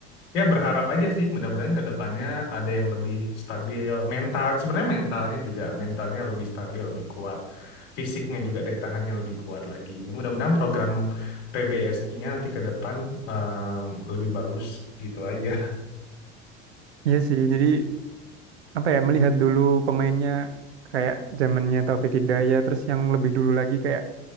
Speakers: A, on the left; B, on the right.
A: ya berharap aja sih mudah-mudahan ke depannya ada yang lebih stabil mental sebenarnya mentalnya juga mentalnya lebih stabil lebih kuat fisiknya juga daya tahannya lebih kuat lagi ya mudah-mudahan program PBSI-nya nanti ke depan em, lebih bagus gitu aja
B: iya sih jadi apa ya melihat dulu pemainnya kayak zamannya Taufik Hidayat terus yang lebih dulu lagi kayak